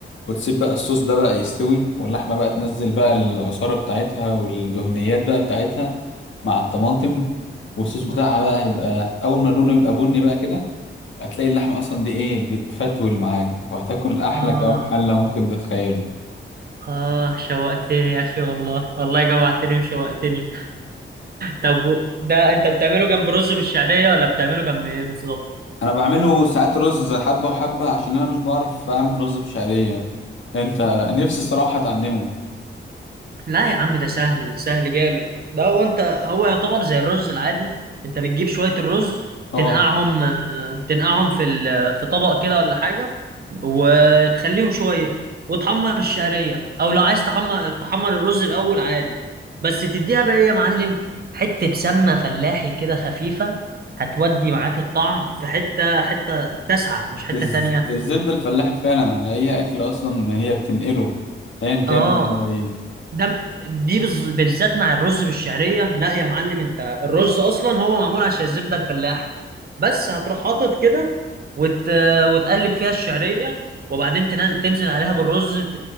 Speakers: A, on the left; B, on the right.
A: وتسيب بقى الصوص ده بقى يستوي واللحمة بقى تنزل بقى العصارة بتاعتها والدهنيات بقى بتاعتها مع الطماطم والصوص بتاعها
B: اه
A: بقى هيبقى اول ما لونه يبقى بني بقى كده هتلاقي اللحمه اصلا دي ايه بتفتول معاك وهتاكل احلى
B: اه
A: كباب حله ممكن تتخيله
B: آه شوقتني يا أخي والله والله جوعتني وشوقتني طب و- ده أنت بتعمله جنب رز بالشعرية ولا بتعمله جنب إيه بالظبط؟
A: انا بعمله ساعات رز حبه وحبه عشان انا مش بعرف اعمل رز بشعريه انت نفسي صراحه اتعلمه
B: لا يا عم ده سهل سهل جامد ده هو انت هو يعتبر زي الرز العادي انت بتجيب شوية الرز
A: اه
B: تنقعهم آه، تنقعهم في ال- في طبق كده ولا حاجة وتخليهم شوية وتحمر الشعرية او لو عايز تحمر تحمر الرز الاول عادي بس تديها بقى ايه يا معلم حتة سمنة فلاحي كده خفيفة هتودي معاك الطعم في حتة حتة تسعة مش حتة
A: الز-
B: تانية
A: الزبده الفلاحي فعلا على اي اكل اصلا هي بتنقله ايا كان
B: اه
A: بقى هو ايه
B: ده دي بز- بالذات مع الرز بالشعريه لا يا معلم انت الرز اصلا هو معمول عشان الزبده الفلاحي بس هتروح حاطط كده وت... وتقلب فيها الشعريه وبعدين تنزل, تنزل عليها بالرز ت...